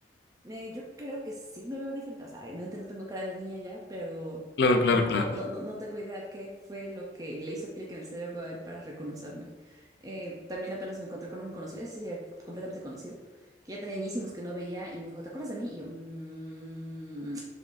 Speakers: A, on the right; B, on the left.
A: Eh, yo creo que sí me veo diferente. O sea, obviamente no tengo cara de niña ya, pero
B: Claro, claro,
A: bueno,
B: claro.
A: no, no, no, no tengo idea qué fue lo que le hizo clic en el cerebro a él para reconocerme. Eh, también apenas me encontré con un conocido, ese sí era completamente conocido, que ya tenía añísimos que no veía y me dijo, ¿te acuerdas de mí? Y yo, "Mm,